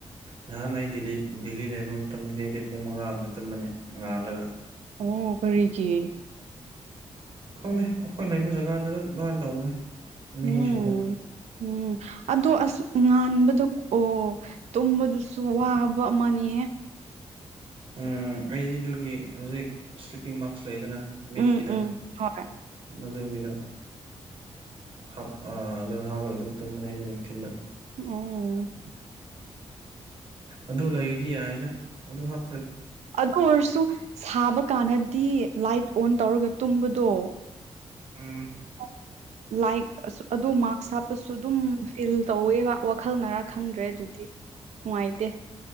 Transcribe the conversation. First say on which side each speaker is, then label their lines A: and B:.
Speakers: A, on the right; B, on the right.
A: ꯅꯍꯥꯟ ꯑꯩ ꯗꯦꯜꯂꯤ ꯗꯦꯜꯂꯤ ꯂꯩꯕ ꯃꯇꯝꯗꯗꯤ ꯑꯩꯗꯤ ꯄꯨꯡ ꯃꯉꯥ <unintelligible> ꯇꯨꯝꯕꯅꯦ ꯉꯥꯜꯂꯒ
B: ꯑꯣ ꯀꯔꯤꯒꯤ
A: ꯈꯪꯗꯦ ꯑꯩꯈꯣꯏ ꯂꯩꯕ ꯖꯒꯥꯗꯣ ꯗꯨꯝ ꯑꯗꯨꯃꯥꯏꯅ ꯇꯧꯕꯅꯦ ꯃꯤꯁꯤꯡꯗꯣ
B: ꯎꯝ ꯎꯝ ꯑꯗꯣ ꯑꯁ ꯉꯥꯟꯕꯗꯣ ꯑꯣ ꯇꯨꯝꯕꯗꯨꯁꯨ ꯋꯥꯕ ꯑꯃꯅꯤꯍꯦ
A: ꯎꯝ ꯑꯩ ꯑꯗꯨꯒꯤ ꯍꯧꯖꯤꯛ ꯁ꯭ꯂꯤꯞꯄꯤꯡ ꯃꯥꯛꯁ ꯂꯩꯗꯅ ꯃꯤꯠꯀꯤꯗꯣ
B: ꯎꯝ ꯎꯝ ꯍꯣꯏ
A: ꯃꯗꯨꯒꯤꯗꯣ ꯍꯥꯞ ꯑ ꯑꯗꯨꯅ ꯍꯥꯞꯂꯒ ꯑꯗꯨꯝ ꯇꯨꯝꯕꯅꯦ ꯑꯗꯨ ꯅꯨꯡꯊꯤꯟꯗ
B: ꯑꯣ
A: ꯑꯗꯨ ꯂꯩꯔꯗꯤ ꯌꯥꯏꯌꯦꯗ ꯑꯗꯨ ꯍꯥꯞ
B: ꯑꯗꯨ ꯑꯣꯏꯔꯁꯨ ꯁꯥꯕ ꯀꯥꯟꯗꯗꯤ ꯂꯥꯏꯠ ꯑꯣꯟ ꯇꯧꯔꯒ ꯇꯨꯝꯕꯗꯣ
A: ꯎꯝ
B: <unintelligible> ꯂꯥꯏꯠ ꯑꯁ ꯑꯗꯣ ꯃꯥꯛꯁ ꯍꯥꯞꯄꯁꯨ ꯑꯗꯨꯝ ꯐꯤꯜ ꯇꯧꯋꯦꯕ ꯋꯥꯈꯜꯅꯔꯥ ꯈꯪꯗ꯭ꯔꯦ ꯑꯗꯨꯗꯤ ꯅꯨꯡꯉꯥꯏꯇꯦ